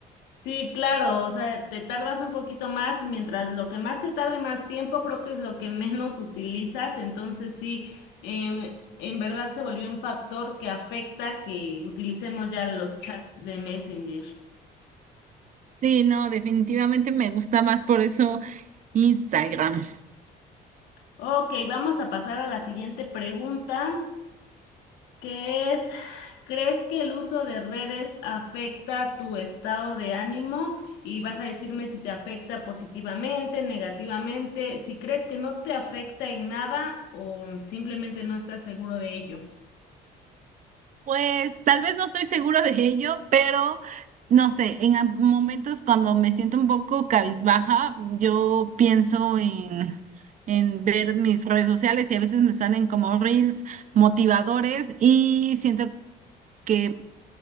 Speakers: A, on the left; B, on the right.
A: Sí, claro, o sea, te tardas un poquito más, mientras lo que más te tarde más tiempo, creo que es lo que <laughs> menos utilizas, entonces sí, em, en verdad se volvió un factor que afecta que utilicemos ya los chats de Messenger.
B: Sí, no, definitivamente me gusta más por eso Instagram.
A: Ok, vamos a pasar a la siguiente pregunta. que es, ¿crees que el uso de redes afecta tu estado de ánimo? Y vas a decirme si te afecta positivamente, negativamente, si crees que no te afecta en nada o simplemente no estás seguro de ello.
B: Pues tal vez no estoy segura de ello, pero no sé, en a- momentos cuando me siento un poco cabizbaja, yo pienso en, en ver mis redes sociales y a veces me salen como reels motivadores y siento que